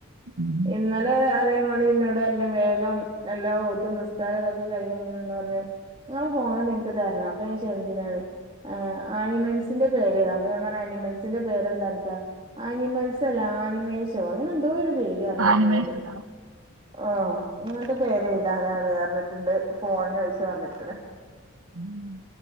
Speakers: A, on the right (about 75°); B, on the right (about 25°).
A: ഉം
B: ഇന്നലെ അതേമാതിരി ഇന്നോട് പറഞ്ഞു വേഗം എല്ലാം ഓത്തും നിസ്കാരം തൊക്കെ കഴിഞ്ഞഞപ്പോ പറഞ്ഞു നിങ്ങളെ ഫോൺ ഒന്ന് ഇൻക്ക് തരണം അപ്പൊഞാൻ ചോയ്ച്ചു എന്തിനാണ് ആഹ് ആനിമൽസിന്റെ പേര് ഏഴ്താൻ അപ്പൊ ഞാൻ പറഞ്ഞ് ആനിമൽസിന്റെ പേരെന്താ അനക്ക് ആനിമൽസ് അല്ല ആനിമേശോ അങ്ങനെ എന്തോ ഒരു പേര് പറഞ്ഞു
A: ആനിമേഷനാ
B: ന്നോട്. ആഹ് ഇങ്ങനത്തെ പേര് എഴുതാനാണ് അറിഞ്ട്ടുണ്ട് ഫോൺ ചോദിച്ചു വന്നക്ക്ണ്.
A: ഉം..